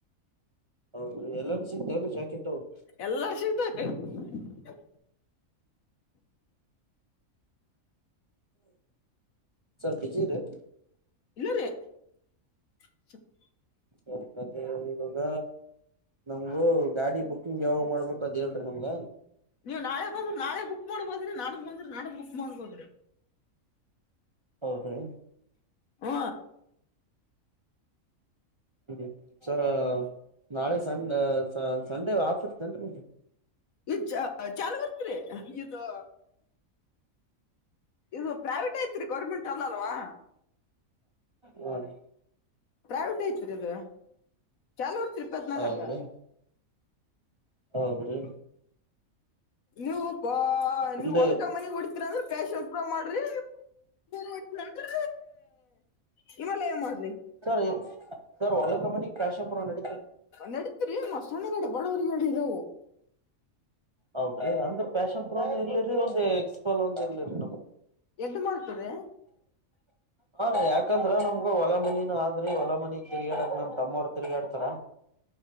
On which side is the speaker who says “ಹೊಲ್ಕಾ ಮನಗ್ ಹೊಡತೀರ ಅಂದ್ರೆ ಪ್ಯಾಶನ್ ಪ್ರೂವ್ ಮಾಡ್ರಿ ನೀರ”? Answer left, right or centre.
Left